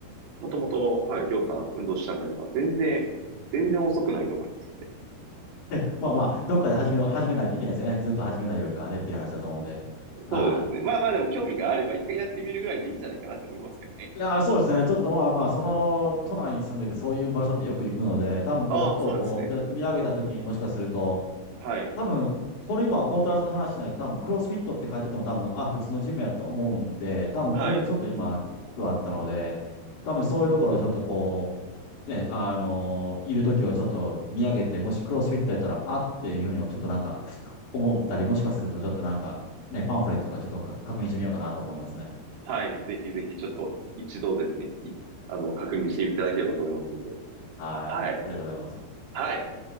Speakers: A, on the right (about 65°); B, on the left (about 55°).
A: もともと、はい、りょうさん運動したんであれば、全然、全然遅くないと思いますね。
B: <laughs> まあまあ、どっかで始めろ、始めないといけないですよね。ずっと始めないよりかはねっていう話だと思うんで。は
A: そうですね。まあまあでも興味があれば一回やってみるぐらいでいいんじゃないかなって思いますけどね。
B: い。いやー、そうですね。ちょっとまあまあ、その都内に住んでて、そういう場所ってよく行くので、多分こう、
A: ああ、
B: ふとこう見た、
A: そうなんですね。
B: 見上げた時にもしかすると、
A: はい。
B: 多分、これ今、コートラーの話しないと、多分、クロスフィットって書いてても、多分、あ、普通のジムやと思うんで、多分、
A: はい。
B: これちょっと今、気づきはあったので、多分、そういうところをちょっとこう、ね、あのいるときはちょっと見上げて、もしクロスフィットやったら、あっていうふうに、ちょっとなんか、思ったり、もしかすると、ちょっとなんか、ね、パンフレットとかちょっとか確認してみようかなと思いますね。
A: はい。ぜひぜひちょっと一度ですね、いあの、確認していただければと思いますので。
B: はい。
A: はい。
B: ありがとうございます。
A: はい。